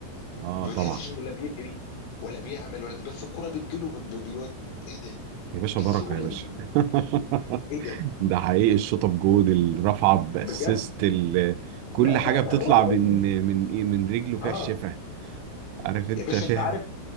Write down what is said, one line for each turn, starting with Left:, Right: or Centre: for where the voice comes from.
Right: اه
Left: ما
Right: طبعا
Left: بتحسش انه لا بيجري ولا بيعمل ولا بس الكرة بتجيله وبت- بي- بيود ايه ده؟ ايه
Right: يا باشا بركه
Left: السهوله
Right: يا باشا
Left: دي؟
Right: <laughs>
Left: ايه ده؟
Right: ده حقيقي الشطب جون الرفعه باسيست
Left: بجد
Right: ال- كل
Left: لا
Right: حاجه
Left: لا لا
Right: بتطلع
Left: ولا
Right: من
Left: ايه
Right: من ايه من رجله فيها
Left: اه
Right: الشفا عارف انت
Left: يا باشا
Right: فيها
Left: انت عارف